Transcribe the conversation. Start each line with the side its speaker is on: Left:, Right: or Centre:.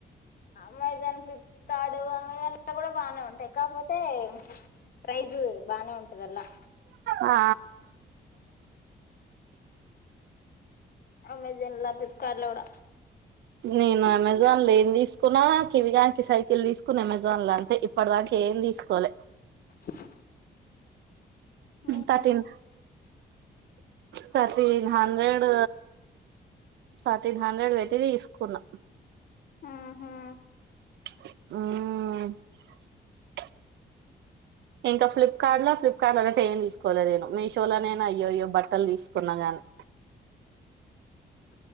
Left: అమెజాన్ ఫ్లిప్కార్డు అమెజాన్ ల కూడా బానే ఉంటాయి కాకపోతే ప్రైజ్ బానే ఉంటది అల్లా
Right: ఆ
Left: అమెజాన్ ఫ్లిప్కార్ట్ ల కుడ
Right: నేను అమెజాన్ ల ఏం తీసుకున్నా కివిగానికి సైకిల్ తీసుకున్న అమెజాన్ ల అంతే ఇప్పటి దాక ఏం తీసుకోలే
Left: <inaudible> అ
Right: thirteen
Left: హా
Right: thirteen hundred thirteen hundred పెట్టి తీసుకున్నా
Left: ఆహా
Right: మ్ ఇంకా ఫ్లిప్కార్ట్ ల ఫ్లిప్కార్ట్ అయితే ఏం తీసుకోలే నేను మీషోలనైన అయ్యో ఇయ్యో బట్టలు తీసుకున్నా గానీ
Left: <inaudible>